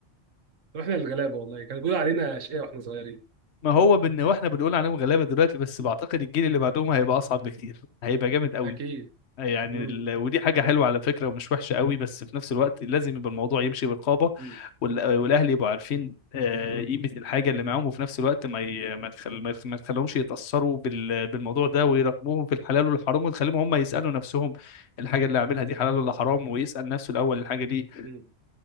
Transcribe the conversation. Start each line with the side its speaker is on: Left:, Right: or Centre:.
Right: واحنا الغلابه والله كانوا بيقولوا علينا اشقياء واحنا صغيرين
Left: ما هو بان واحنا بنقول عليهم غلابه دلوقتي بس بعتقد الجيل اللي بعدهم هيبقى اصعب بكتير هيبقى جامد قوي
Right: أكيد
Left: يعني
Right: مم.
Left: ال... ودي حاجة حلوة على فكرة ومش وحشة قوي بس في نفس الوقت لازم يبقى الموضوع يمشي برقابة
Right: مم.
Left: وال... والأهل يبقوا عارفين آه،
Right: مم.
Left: قيمة الحاجة اللي معاهم وفي نفس الوقت ما ي... ما تخل... ما يخ- ما تخليهمش يتأثروا بال... بالموضوع ده ويراقبوهم في الحلال والحرام وتخليهم هم يسألوا نفسهم الحاجة اللي عاملها دي حلال ولا حرام ويسأل نفسه الأول الحاجة دي
Right: مم.